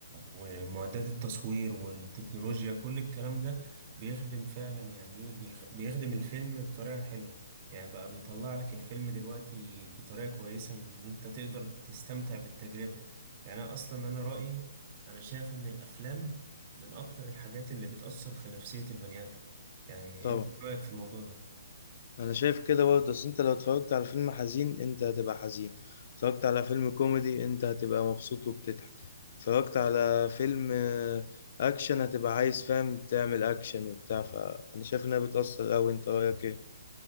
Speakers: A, on the right; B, on the left.
A: ومعدات التصوير والتكنولوجيا كل الكلام ده بيخدم فعلا يعني إيه بيخ- بيخدم الفيلم بطريقة حلوة يعني بقى بيطلع لك الفيلم دلوقتي بطريقة كويسة إن أنت تقدر تستمتع بالتجربة يعني أنا أصلا أنا رأيي أنا شايف إن الأفلام من أكتر الحاجات اللي بتأثر في نفسية البني آدم يعني
B: طبعا
A: أنت إيه رأيك في الموضوع ده؟
B: ما انا شايف كده برضه بس انت لو اتفرجت على فيلم حزين انت هتبقى حزين اتفرجت على فيلم كوميدي انت هتبقى مبسوط وبتضحك اتفرجت على فيلم آه، اكشن هتبقى عايز فاهم تعمل اكشن وبتاع فانا شايف انها بتأثر اوي انت رايك ايه